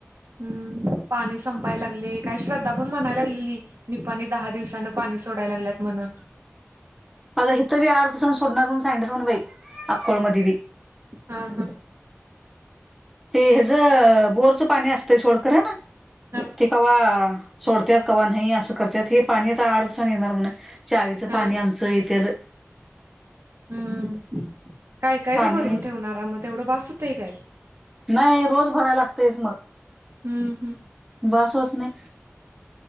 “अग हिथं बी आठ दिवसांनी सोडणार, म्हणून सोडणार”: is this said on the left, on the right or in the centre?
Centre